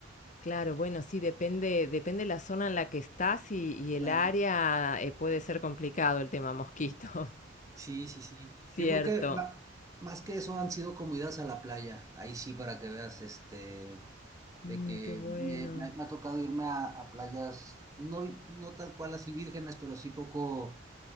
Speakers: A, on the left; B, on the right.
A: Claro, bueno, sí, depende, depende la zona en la que estás y, y el
B: claro.
A: área eh, puede ser complicado el tema mosquitos.
B: Sí, sí, sí.
A: <laughs> Cierto.
B: Yo creo que ma- más que eso han sido como idas a la playa. Ahí sí, para que veas, este, de
A: Mm,
B: que
A: qué bueno.
B: me, me ha me ha tocado irme a, a playas, no, no tal cual así vírgenes, pero sí poco